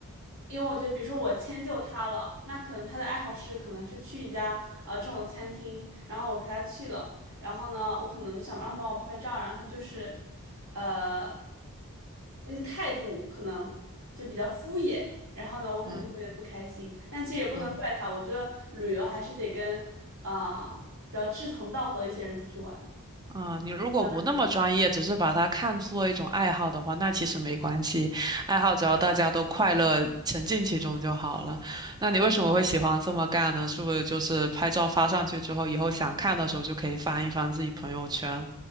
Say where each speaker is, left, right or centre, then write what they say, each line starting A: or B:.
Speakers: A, on the right; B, on the right.
A: 因为我觉得，比如说我迁就他了，那可能他的爱好是可能是去一家呃这种的餐厅，然后我陪他去了，然后呢，我可能就想让他帮我拍拍照，然后他就是，呃，那个态度可能就比较敷衍，然后呢，我可能就会有点不开心，
B: 嗯
A: 但其实也不能怪他，
B: 嗯
A: 我觉得旅游还是得跟啊、呃比较志同道合的一些人出去玩，
B: 嗯，你如果不那么专业，
A: 玩的很累。
B: 只是把它看作一种爱好的话，那其实没关系，爱好只要大家都快乐，沉浸其中就好了。那你为什么会喜欢这么干呢？是不是就是拍照发上去之后，以后想看的时候就可以翻一翻自己朋友圈？